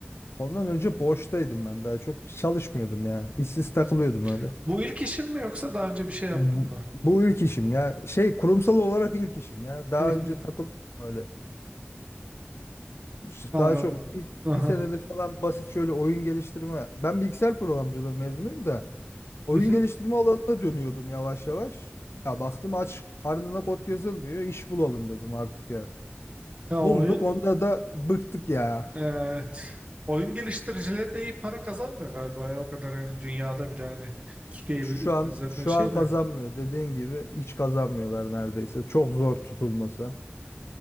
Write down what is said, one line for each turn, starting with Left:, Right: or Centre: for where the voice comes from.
Left: Ondan önce boştaydım ben daha çok çalışmıyordum ya. İşsiz takılıyordum
Right: <laughs>
Left: öyle.
Right: Bu ilk işin mi yoksa daha önce bir şey yaptın
Left: Bu,
Right: mı?
Left: bu ilk işim ya. Şey kurumsal olarak ilk işim ya. Daha
Right: <laughs> Hı hı,
Left: önce takılıyordum öyle. İşte
Right: Anladım.
Left: Daha çok bir,
Right: Aha.
Left: bir senedir falan basit şöyle oyun geliştirme. Ben bilgisayar programcılığı mezunuyum da. Oyun
Right: Hı hı.
Left: geliştirme alanına dönüyordum yavaş yavaş. Ya baktım aç karnına kod yazılmıyor. iş bulalım dedim artık ya.
Right: Ya
Left: Bulduk
Right: oyun
Left: onda da bıktık ya.
Right: evet. Oyun geliştiricileri de iyi para kazanmıyor galiba ya o kadar hani dünyada bile hani Türkiye
Left: Şu
Right: bile-
Left: an
Right: zaten
Left: şu
Right: şey
Left: an kazanmıyor
Right: de
Left: dediğin gibi hiç kazanmıyorlar neredeyse. Çok zor tutulması.